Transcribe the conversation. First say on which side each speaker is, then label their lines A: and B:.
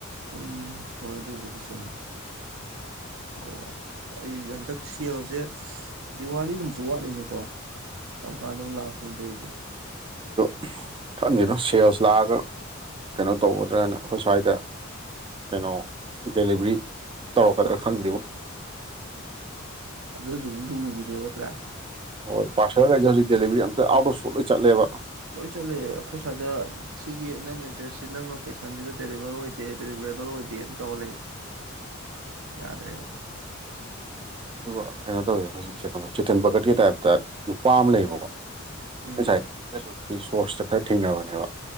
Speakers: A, on the right (about 80°); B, on the right (about 25°).
A: ꯆꯨꯝꯃꯦ ꯍꯣꯏ ꯑꯗꯨꯕꯨꯗꯤ ꯆꯨꯝꯃꯦ ꯑꯣ ꯑꯩꯁ ꯍꯟꯗꯛ ꯁꯦꯜꯁꯦ ꯗꯤꯋꯥꯂꯤꯒꯨꯝꯕꯁꯨ ꯋꯥꯠꯂꯤꯅꯦꯀꯣ ꯀꯥꯟꯗꯨ ꯂꯥꯛꯇꯦꯟ ꯇꯧꯋꯤꯖꯤꯕꯣ
B: ꯈꯛꯅꯤꯗ ꯁꯦꯜꯁ ꯂꯥꯛꯑꯒ ꯀꯩꯅꯣ ꯇꯧꯒꯗ꯭ꯔꯅ ꯑꯈꯣꯏ ꯁ꯭ꯋꯥꯏꯗ ꯀꯩꯅꯣ ꯗꯦꯂꯤꯚ꯭ꯔꯤ ꯇꯧꯔꯛꯀꯗ꯭ꯔꯥ ꯈꯪꯗꯦꯕꯣ
A: ꯍ ꯑꯗꯨꯖꯨ ꯃꯨꯛ ꯁꯨꯎ ꯎꯕꯤꯗꯦꯕ ꯅꯦꯠꯇ꯭ꯔꯥ
B: ꯍꯣꯏ ꯄꯥꯔꯁꯦꯜꯒꯩꯁꯦ ꯍꯧꯖꯤꯛ ꯗꯦꯂꯤꯕꯔꯤ ꯑꯝꯇ ꯑꯥꯎꯠ ꯑꯣꯐ ꯏꯁꯇꯣꯛ ꯂꯣꯏ ꯆꯠꯂꯦꯕ
A: ꯂꯣꯏ ꯆꯠꯂꯦ ꯑꯈꯣꯏ ꯁ꯭ꯋꯥꯏꯗ ꯁꯤꯒꯤ ꯅꯪ ꯑꯦꯗ꯭ꯔꯦꯁꯁꯤ ꯅꯪ ꯂꯣꯀꯦꯁꯟꯁꯤꯗ ꯗꯦꯂꯤꯚꯔ ꯑꯣꯏꯗꯦ ꯗꯦꯂꯤꯚꯔ ꯔꯦꯕꯜ ꯑꯣꯏꯗꯦꯅ ꯇꯧ ꯂꯩ ꯌꯥꯗ꯭ꯔꯦꯕ
B: ꯑꯗꯨꯒ ꯀꯩꯅꯣ ꯇꯧꯋꯦ ꯍꯧꯖꯤꯛꯁꯦ ꯆꯦꯇꯟ ꯕꯀꯠꯀꯤ ꯇꯥꯏꯞꯇ ꯅꯨꯄꯥ ꯑꯝ ꯂꯩꯌꯦꯕꯀꯣ
A: ꯎꯝ
B: ꯉꯁꯥꯏ ꯐꯦꯁꯕꯨꯛꯀꯤ ꯁꯣꯔꯁꯇ ꯈꯔ ꯊꯦꯡꯅꯕꯅꯦꯕ